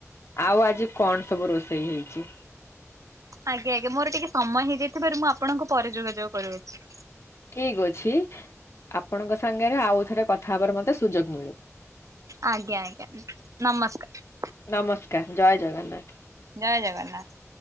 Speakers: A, on the left; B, on the right.
A: ଆଉ ଆଜି କଣ ସବୁ ରୋଷେଇ ହେଇଚି।
B: ଆଜ୍ଞା ଆଜ୍ଞା ମୋର ଟିକିଏ ସମୟ ହେଇଯାଇଥିବାରୁ ମୁଁ ଆପଣଙ୍କୁ ପରେ ଯୋଗାଯୋଗ କରୁଅଛି।
A: ଠିକ ଅଛି। ଆପଣଙ୍କ ସାଙ୍ଗରେ ଆଉ ଥରେ କଥା ହବାର ମତେ ସୁଯୋଗ ମିଳୁ।
B: ଆଜ୍ଞା ଆଜ୍ଞା। ନମସ୍କାର।
A: ନମସ୍କାର ଜୟ ଜଗନ୍ନାଥ।
B: ଜୟ ଜଗନ୍ନାଥ।